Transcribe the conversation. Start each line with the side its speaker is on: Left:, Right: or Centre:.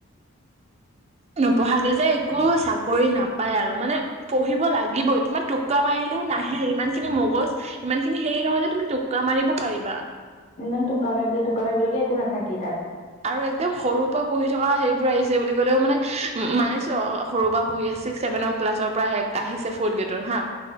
Right: নপঢ়াকে যে একো চাকৰি নাপাই আৰু মানে পঢ়িব লাগিবই তোমাৰ টোক্কা মাৰি- কোনেও নাহে ইমান খিনি মগজ ইমান খিনি হেৰি নহয় যে তুমি টোক্কা মাৰিব পাৰিবা।
Left: ইমান টোককা মাৰিব লগীয়া টোক্কা মাৰিব লগীয়া একো নাথাকেই তা'ত।
Right: আৰু একদম সৰু পৰা পঢ়ি থকা সেইবোৰ আহিছে বুলি কলেও মানে মানিছো আৰু সৰুৰ পৰা পঢ়ি আছে। ছিক্স ছেভেনৰ ক্লাছৰ পৰা আহিছে ফ'ৰ্থ গ্ৰেডৰ হাঁ